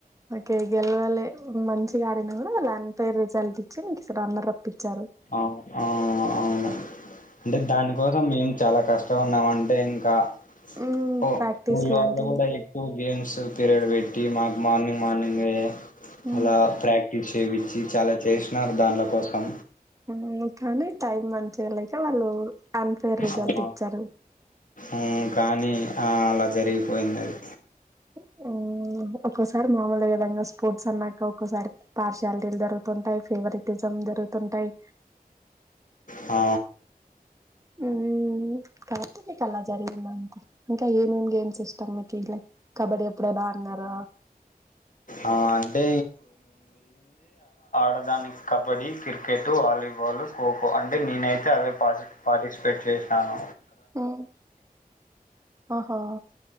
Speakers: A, on the right (about 20°); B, on the left (about 55°).
A: ఓకే గెలవలే మంచిగా ఆడిన కూడా వాళ్ అన్ ఫైర్ రిజల్ట్ ఇచ్చి నికు రన్నర్ అప్ ఇచ్చారు
B: ఆ ఆ అవును అంటే దానికోసం ఏం చాలా కష్టం పడినం అంటే ఇంకా
A: మ్మ్
B: కు
A: ప్రాక్టీస్
B: కూలొళ్ళు
A: లాంటివి
B: కూడా ఈ టూ గేమ్స్ మ్స్ పీరియడ్ పెట్టి మాకు మార్నింగ్ మార్నింగే
A: మ్మ్
B: అలా ప్రాక్ క్టీస్ చేపిచ్చి చాలా చేసినారు దాన్ల కోసం
A: ఉమ్ కానీ టైం మంచిగా లేక వాళ్ళు అన్ఫైర్ రిజల్ట్
B: ఆ
A: ఇచ్చారు
B: ఉమ్ కానీ ఆ అలా జరిగిపోయింది అది
A: ఉమ్ ఒ ఒక్కోసారి మామూలే కదా ఇంక స్పోర్ట్స్ అన్నాక ఒక్కోసారి పర్షియారిటీలు జరుగుతుంటాయి ఫేవరెట్ ఇజం జరుగుతుంటాయి
B: ఆ
A: ఉమ్ ఇంక అవుతది ఇక అలా జరిగిందంతే ఇంకా ఏమేం గేమ్స్ ఇస్ ష్టం మీకి లైక్ కబడ్డీ ఎప్పుడైన ఆడినారా
B: ఆ, అంటే ప్రదానికి కబడ్డీ క్రికెట్ వాలీబాలు ఖోఖో అంటే నేనైతే అదే పార్టీ-పార్టిసిపేట్ చేసాను
A: ఉమ్ ఒహో